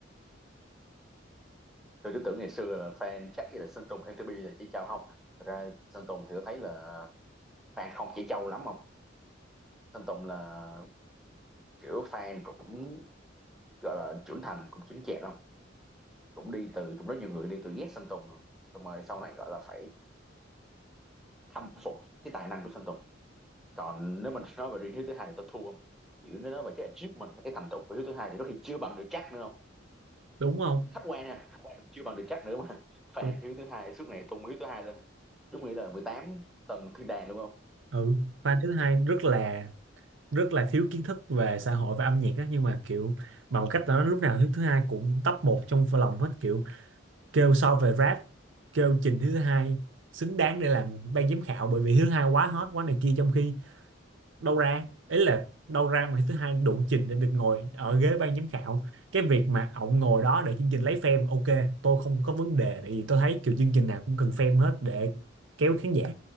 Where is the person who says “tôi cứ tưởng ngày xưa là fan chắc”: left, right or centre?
Centre